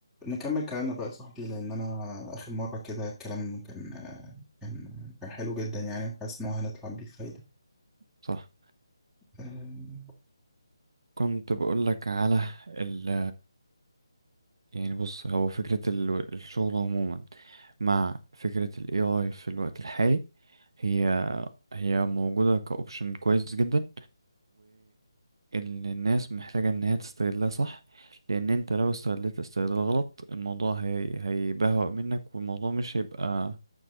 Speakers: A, in the centre; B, on the right (about 60°).
A: نكمل كلامنا بقى يا صاحبي لأن أنا آخر مرة كده الكلام كان كان كان حلو جدا يعني وحاسس إن هو هنطلع بيه فايدة
B: صح
A: أم،
B: كنت بقول لك على ال يعني بص هو فكرة ال- الشغل عموما مع فكرة ال AI في الوقت الحالي هي هي موجودة كأوبشن كويس جدا والناس محتاجة ان هي تستغلها صح لان انت لو استغلت استغلال غلط الموضوع هي هيبهوأ منك والموضوع مش هيبقى